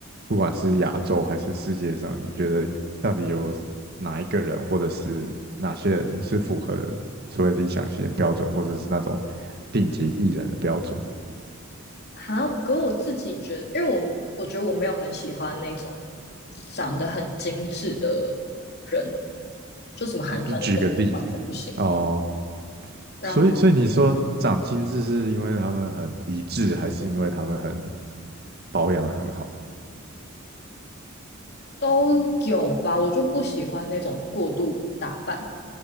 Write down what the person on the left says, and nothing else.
哈，我可我自己觉得，因为我我觉得我没有很喜欢那种长得很精致的人，就什么韩团那种我完全不行。
然后
都有吧，我就不喜欢那种过度打扮，